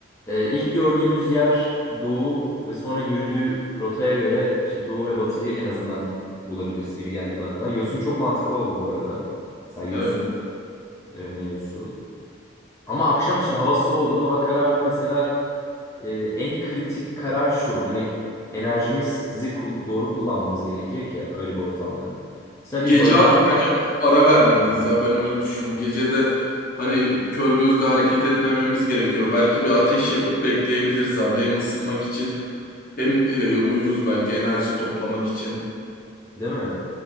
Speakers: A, on the left (about 15°); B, on the left (about 45°).
A: Ee, ilk gördüğümüz yer doğu ve sonra yürüdüğü rotaya göre işte doğu ve batıyı en azından bulabiliriz gibi geldi bana da. Yosun çok mantıklı oldu bu arada. Mesela Yosun
B: Evet.
A: e, mevzusu. Ama akşam işte hava soğudu, hava karardı. Mesela e, en kritik karar şu. Hani enerjimizi kul- doğru kullanmamız gerekecek ya öyle bir ortamda. Mesela
B: Gece
A: bir barınak
B: abi
A: mı,
B: bence ara vermeliyiz ya. Ben öyle düşünüyorum. Gece de hani kör gözle hareket etmememiz gerekiyor. Belki bir ateş yakıp bekleyebiliriz abi. Hem ısınmak için hem e, uyuruz belki enerji toplamak için.
A: değil mi?